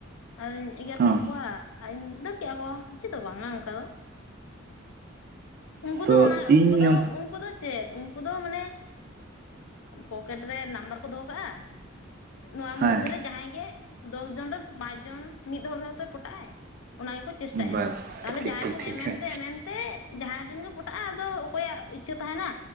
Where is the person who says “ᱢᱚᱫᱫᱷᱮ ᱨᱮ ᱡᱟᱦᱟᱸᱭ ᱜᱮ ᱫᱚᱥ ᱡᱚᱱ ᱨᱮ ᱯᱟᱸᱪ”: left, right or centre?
Left